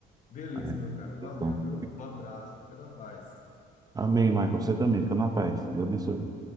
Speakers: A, on the left (about 50°); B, on the right (about 20°).
A: Beleza,
B: Ah, é.
A: meu caro. Valeu,
B: Então,
A: viu? Um abraço. Fica na paz.
B: amém, Michael, você também, fica na paz, Deus abençoe.